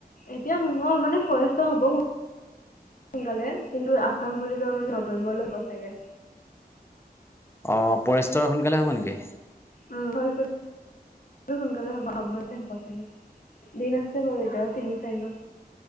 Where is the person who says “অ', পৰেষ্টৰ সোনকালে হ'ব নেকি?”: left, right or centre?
Left